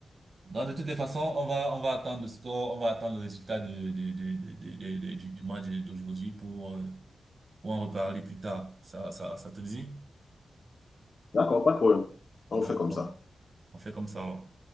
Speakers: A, on the right (about 40°); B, on the left (about 45°).
A: Donc, de toutes les façons, on va, on va attendre le score, on va attendre le résultat de, de, de, de, de- de- de- du, du match d'aujourd'hui pour, euh, pour en reparler plus tard. Ça, ça, ça te dit?
B: D'accord, pas de problème.
A: D'accord.
B: On le fait comme ça.
A: On fait comme ça alors.